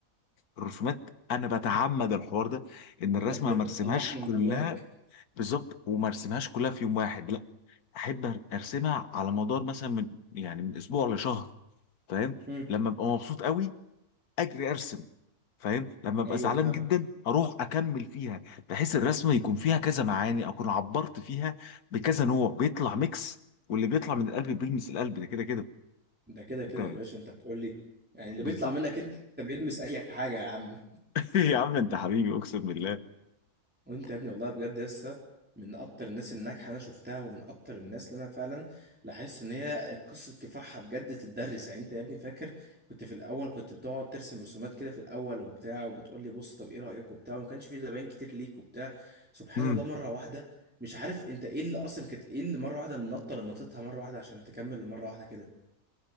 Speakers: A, on the left; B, in the centre.
A: الرسومات انا بتعمد الحوار ده ان الرسمه
B: انت بت-
A: ما ارسمهاش
B: بتطلعها من
A: كلها
B: جواك
A: بالظبط وما ارسمهاش كلها في يوم واحد لا احب ارسمها على مدار مثلا من يعني من اسبوع لشهر فاهم
B: مم.
A: لما ابقى مبسوط قوي اجري ارسم فاهم لما ابقى
B: ايوه
A: زعلان
B: فاهمك
A: جدا اروح اكمل فيها بحيث الرسمه يكون فيها كذا معاني اكون عبرت فيها بكذا نوع بيطلع ميكس واللي بيطلع من القلب بيلمس القلب ده كده كده
B: ده كده كده
A: انت
B: يا باشا انت هتقول لي يعني اللي
A: بالظبط
B: بيطلع منك انت بيلمس اي حاجه يا عم <laughs>
A: <laughs> يا عم انت حبيبي اقسم بالله
B: وانت يا ابني والله بجد لسه من اكتر الناس الناجحه اللي انا شفتها ومن اكتر الناس اللي انا فعلا لاحظت ان هي قصه كفاحها بجد تتدرس يعني انت يا ابني فاكر كنت في الاول كنت بتقعد ترسم رسومات كده في الاول وبتاع وبتقول لي بص طب ايه رايك وبتاع وما كانش في زباين كتير ليك وبتاع سبحان
A: مم.
B: الله مره واحده مش عارف انت ايه اللي اصلا كانت ايه اللي مره واحده النطه اللي نطيتها مره واحده عشان تكمل لمره واحده كده